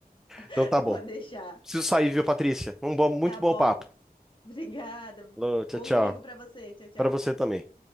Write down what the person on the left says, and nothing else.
<laughs>
pode deixar.
Tá
bom.
Obrigada.
Bom
domingo pra você. Tchau, tchau.